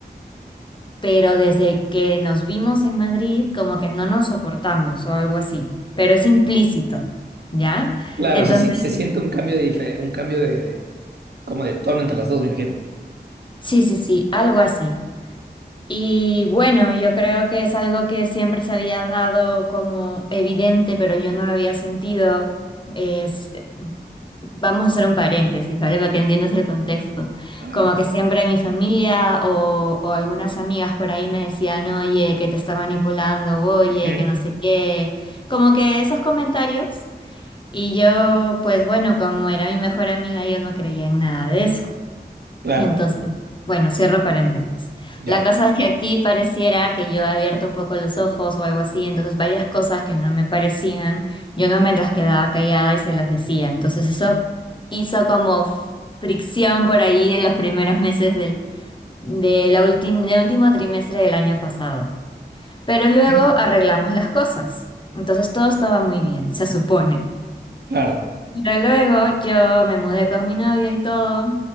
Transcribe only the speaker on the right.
Claro,
se, si- se siente un cambio de dife- un cambio de como de tono entre las dos, me imagino.
A ver.
Ujú.
Claro.
Ya.
Ujú.
Claro.